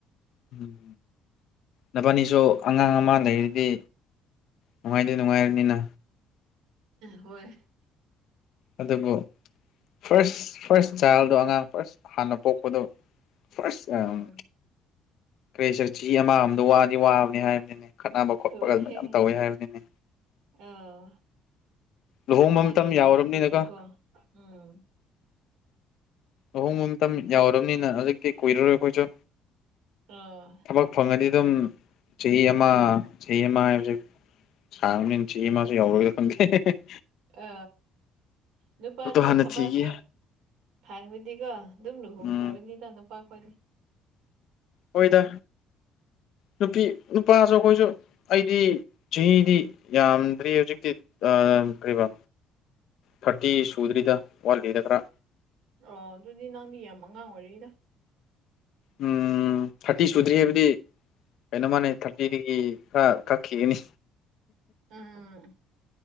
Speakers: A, on the left (about 50°); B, on the right (about 85°).
A: ꯎꯝ ꯅꯕꯅꯤꯁꯨ ꯑꯉꯥꯡ ꯑꯃ ꯂꯩꯔꯗꯤ ꯅꯨꯡꯉꯥꯏꯗꯤ ꯅꯨꯡꯉꯥꯏꯔꯅꯤꯅ
B: ꯍꯣꯏ
A: ꯑꯗꯨꯕꯨ ꯐꯥꯔꯁ ꯐꯥꯔꯁ ꯆꯥꯏꯜꯗꯣ ꯑꯉꯥꯡ ꯐꯥꯔꯁ ꯍꯥꯟꯅ ꯄꯣꯛꯄꯗꯣ ꯐꯥꯔꯁ
B: ꯎꯝ
A: ꯑꯦꯝ ꯀꯔꯤ ꯁꯛ ꯊꯤ ꯑꯃꯝꯗꯣ ꯋꯥꯗꯤ ꯋꯥꯕꯅꯤ ꯍꯥꯏꯕꯅꯤꯅꯦ ꯈꯠꯅꯕ ꯈꯣꯠꯄꯒ
B: ꯍꯣꯏ
A: ꯃꯌꯥꯝ ꯇꯧꯋꯤ ꯍꯥꯏꯕꯅꯤꯅꯦ
B: ꯑꯥ
A: ꯂꯨꯍꯣꯡꯕ
B: ꯑꯉꯥꯡꯒꯤ
A: ꯃꯇꯝ ꯌꯥꯎꯔꯕꯅꯤꯅꯀꯣ
B: ꯃꯔꯝꯗꯁꯨꯀꯣ ꯎꯝ
A: ꯂꯨꯍꯣꯡꯕꯝꯇ ꯌꯥꯎꯔꯕꯅꯤꯅ ꯍꯧꯖꯤꯛꯇꯤ ꯀꯨꯏꯔꯔꯣꯏ ꯑꯩꯈꯣꯏꯁꯨ
B: ꯑꯥ
A: ꯊꯕꯛ ꯐꯪꯉꯗꯤ ꯑꯗꯨꯝ ꯆꯍꯤ ꯑꯃ ꯆꯍꯤ ꯑꯃ ꯍꯥꯏꯕꯁꯦ ꯁꯥꯡꯅꯤ ꯆꯤ ꯃꯥꯁ ꯌꯎꯔ ꯑꯣꯏꯦ
B: ꯑ ꯅꯨꯄꯥꯗꯤ
A: ꯍꯥꯟꯅ
B: ꯊꯕꯛ
A: ꯊꯤꯈꯤ
B: ꯍꯦꯛ ꯊꯥꯡꯕꯗꯤꯀꯣ ꯑꯗꯨꯝ ꯂꯨꯍꯣꯡꯈ꯭ꯔꯕꯅꯤꯅ
A: ꯎꯝ
B: ꯅꯨꯄꯥ ꯈꯈꯣꯏꯗꯤ
A: ꯑꯣꯏꯗ ꯅꯨꯄꯤ ꯅꯨꯄꯥꯁꯨ ꯑꯩꯈꯣꯏꯁꯨ ꯑꯩꯗꯤ ꯆꯍꯤꯗꯤ ꯌꯥꯝꯗ꯭ꯔꯤ ꯍꯧꯖꯤꯛꯇꯤ ꯌꯥꯝ ꯀꯔꯤꯕ ꯊꯥꯔꯇꯤ ꯁꯨꯗ꯭ꯔꯤꯗ ꯋꯥꯠꯂꯤꯗ ꯈꯔ
B: ꯑꯣ ꯑꯗꯨꯗꯤ ꯅꯪꯗꯤ ꯌꯥꯝ ꯑꯉꯥꯡ ꯑꯣꯏꯔꯤꯗ
A: ꯎꯝ ꯊꯥꯔꯇꯤ ꯁꯨꯗ꯭ꯔꯤ ꯍꯥꯏꯕꯗꯤ ꯀꯩꯅꯣ ꯃꯥꯅꯦ ꯊꯥꯔꯇꯤꯗꯒꯤ ꯈꯔ ꯀꯛꯈꯤꯒꯅꯤ
B: ꯎꯝ